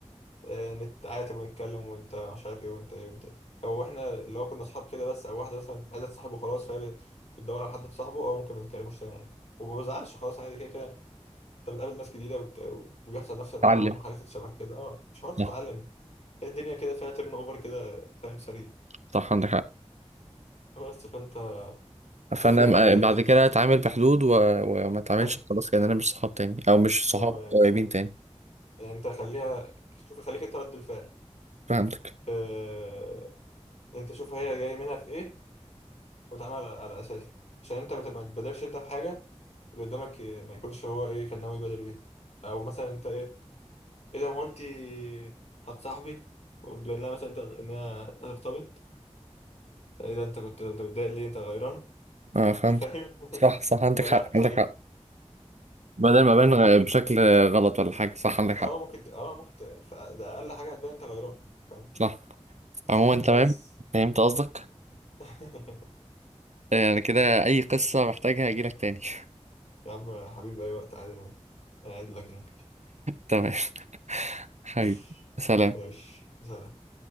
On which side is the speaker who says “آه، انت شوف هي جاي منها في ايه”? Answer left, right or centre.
Left